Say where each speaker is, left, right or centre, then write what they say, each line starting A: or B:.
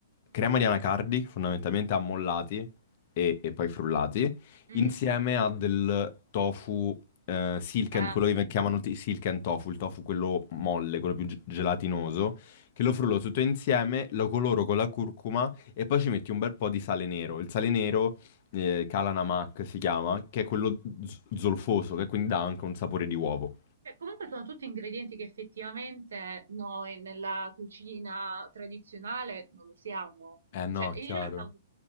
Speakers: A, on the left (about 45°); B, on the right (about 85°).
A: crema di anacardi, fondamentalmente ammollati e, e poi frullati,
B: Mm?
A: insieme a del tofu, eh, silken,
B: Ah,
A: quello che
B: sì.
A: chiamano ti- silken tofu, il tofu quello molle, quello più ge- gelatinoso, che lo frullo tutto insieme, lo coloro con la curcuma e poi ci metti un bel po' di sale nero. Il sale nero eh, Kalanamak si chiama, che è quello z- zolfoso, che quindi dà anche un sapore di uovo.
B: Cioè, comunque sono tutti ingredienti che effettivamente noi nella cucina tradizionale non usiamo.
A: Eh no,
B: Cioè,
A: chiaro.
B: in realtà